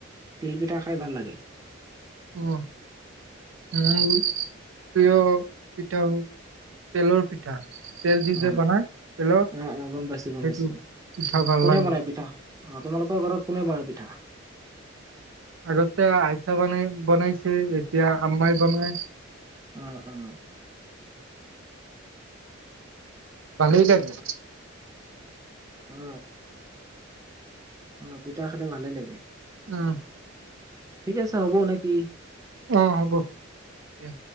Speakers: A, on the right (about 15°); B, on the right (about 75°).
A: তিল পিঠা খাই ভাল লাগে
B: অ আহ <unintelligible> প্ৰিয় পিঠা হও তেলৰ পিঠা <unintelligible>
A: উ
B: যে বনাই তেলৰ
A: আহ আহ গম পাইছো গম
B: সেইটো
A: পাইছো
B: পিঠা ভাল
A: কোনে
B: লাগে
A: বনাই পিঠা অ তোমালোকৰ ঘৰত কোনে বনাই পিঠা
B: আগতে আইতা বনাই বনাইছে এতিয়া আম্মাই বনাই
A: উম উম
B: ভালে থাকে
A: অ অ পিতা খালে ভালে লাগে
B: উম
A: ঠিক আছে হ'ব নেকি?
B: অ হ'ব দিয়া